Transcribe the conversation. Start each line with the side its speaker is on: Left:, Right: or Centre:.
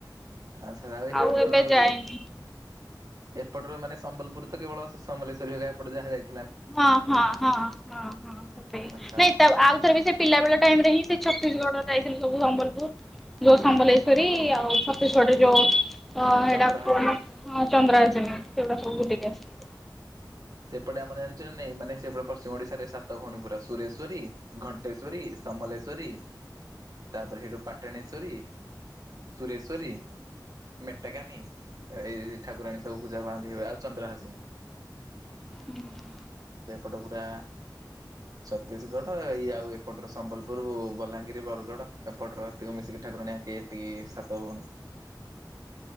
Right: ଆଚ୍ଛା ତାହେଲେ ଏପଟର
Centre: ଆଉ ଏବେ ଯାଏନି।
Right: ଇଏ ଏପଟରୁ ମାନେ ସମ୍ବଲପୁର ତ କେବଳ ସ ସମଲେଶ୍ୱରୀ ହଗା ଏପଟେ ଯାହା ଯାଇ
Centre: ହଁ ହଁ ହଁ ହଁ ହଁ <unintelligible>
Right: ଆଚ୍ଛା
Centre: ନାଇଁ ତ ଆଉଥର ବି ସେ ପିଲା ବେଳ ଟାଇମ୍ ରେ ହିଁ ସେ ଛତିଶଗଡ ଯାଇଥିଲୁ ସବୁ ସମ୍ବଲପୁର ଯୋଉ ସମ୍ବଲେଶ୍ଵରୀ ଆଉ ଛତିଶଗଡ଼ରେ ଯୋଉ ତ ହେଟା
Right: ଚନ୍ଦ୍ରହାସିନୀ।
Centre: କଣ ହଁ ଚନ୍ଦ୍ରାୟ ସେନ ସେଗୁଡ଼ା ସବୁ ବୁଲିକି ଆସିଲୁ।
Right: ସେପଟେ ଆମର ଜାଣିଛ ନା ନାଇଁ ମାନେ ସେପଟେ ପଶ୍ଚିମ ଓଡିଶାରେ ସାତ ଭଉଣୀ ପୁରା ସୁରେଶ୍ଵରୀ ଘଣ୍ଟେଶ୍ଵରୀ, ସମଲେଶ୍ଵରୀ ତାପରେ ହେଇଠୁ ପାଟଣେଶ୍ଵରୀ ସୁରେଶ୍ଵରୀ ମେଟାକାନୀ ଏ ଏଇ ଠାକୁରାଣୀ ସବୁ ପୂଜା ପାଆନ୍ତି ଆଉ ଚନ୍ଦ୍ରହାସିନୀ।
Centre: ଉଁ ହୁଁ।
Right: ସେପଟ ପୁରା ଛତିଶଗଡ଼ ଇଏ ଆଉ ଏପଟର ସମ୍ବଲପୁର, ବଲାଙ୍ଗୀର, ବରଗଡ଼ ଏପଟର ଏତିକ ମିଶିକି ଠାକୁରାଣୀ ଆଙ୍କେ ତି ସାତ ଭଉଣୀ।